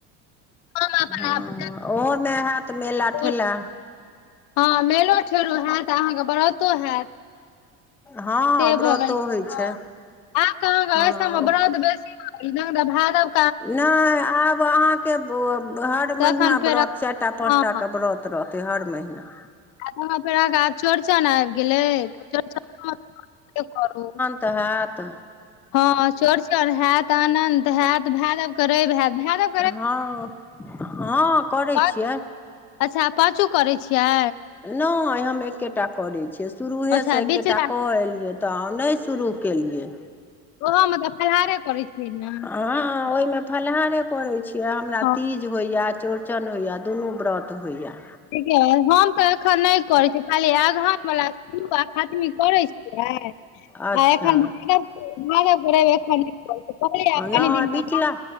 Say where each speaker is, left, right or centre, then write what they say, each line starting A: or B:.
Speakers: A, on the left; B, in the centre.
A: हम अपन
B: हँ
A: आब
B: ओहोमे हैत मेला
A: जन्माष्टमी
B: -ठेला
A: हँ मेलो- ठेलो हैत आ अहाँकें ब्रतो हैत।
B: हँ
A: से भ
B: व्रतो
A: गेल हं
B: होइ छै
A: आब त अहाँके
B: हँ
A: अइ सबमे व्रत बेसी भ पूरा भादब
B: नय आब अहाँ के ब हर
A: तखन
B: महिना
A: फेर
B: व्रत चारिटा
A: हँ
B: पाँचटाके व्रत रहतै हर महिना।
A: आगुमे फेर अहाँके आब चौरचन आबि गेलै, त चौरचन करबे करू।
B: तहा त
A: हँ चौरचन हैत, अनंत हैत, भादव के रवि हैत, भादव
B: हँ-हँ करै
A: पाँच
B: छियै।
A: अच्छा पाँचू करै छियै।
B: नहि हम एकेटा करै छियै, शुरूहे
A: अच्छा
B: सँ एकेटा
A: बिचला
B: क एलियै त नहि शुरू केलियै।
A: ओहो म त फलहारे करै छियै ने
B: हँ ओयमे फलाहारे करै छी। यै हमरा
A: हँ
B: तीज होइया, चौरचन होइया, दुनू व्रत होइया।
A: ठीके अय हम त एखन नै करै छी, खाली अगहन वला शुरु आ खत्मी करै छी। <unintelligible>
B: अच्छा
A: हं एखन भादवके-भादवके रवि एखन नै करै छी, कहलिअइए
B: नहि
A: कनी दिनके
B: बिचला
A: बाद